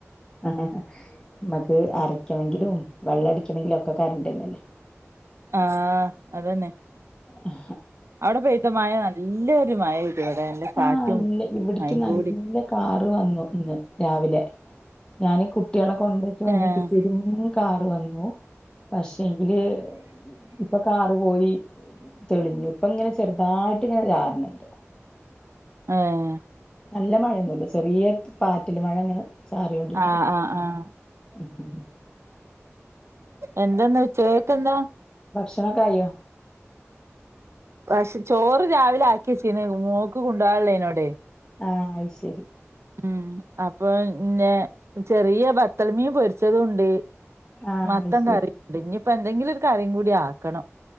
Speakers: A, on the left (about 20°); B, on the right (about 65°).
A: <unintelligible> നമക്ക് അരയ്ക്കണങ്കിലും വെള്ളം അടിക്കണങ്കിലും ഒക്കെ കറണ്ടന്നല്ലേ
B: ആഹ് അതന്നെ
A: ആ
B: അവിടെ പെയ്ത മഴ നല്ലൊ ഒരു മഴ ഇടി ഇവിടെ നല്ല കാറ്റും
A: ആഹ് ഇല്ല ഇവിടക്ക്
B: മയയും
A: നല്ല
B: കൂടി
A: കാറ് വന്നു ഇന്ന് രാവിലെ ഞാൻ കുട്ടികളെ കൊണ്ടേക്കി വന്നേക്ക്
B: ഏഹ്
A: പിരുന്ന കാറ് വന്നു പക്ഷേങ്കില് ഇപ്പൊ കാറ് പോയി തെളിഞ്ഞു ഇപ്പ ഇങ്ങനെ ചെറുതായിട്ട് ഇങ്ങനെ ചാറണണ്ട്
B: ഏഹ്
A: നല്ല മഴൊന്നമല്ല ചെറിയ പാറ്റല് മഴ ഇങ്ങനെ ചാറൊണ്ടിരിക്കും
B: ആഹ് ആഹ് ആഹ്
A: ഉം
B: എന്തെന്നാ ഉചക്ക എന്താ
A: ഭക്ഷണ കായോ
B: പക്ഷെ ചോറ് രാവിലെ ആക്കിയച്ചീണ് മോക്ക് കൊണ്ടോവാള്ളേനോടെ
A: ആയ് അ ശരി
B: ഉം അപ്പൊ പിന്നെ ചെറിയ ബത്തൽമീൻ പൊരിച്ചതു ഉണ്ട്
A: ആഹ്
B: മത്തം
A: അത് ശരി
B: കറിയണ്ട് ഇനിയിപ്പോ എന്തെങ്കിലും ഒരു കറിയും കൂടി ആക്കണം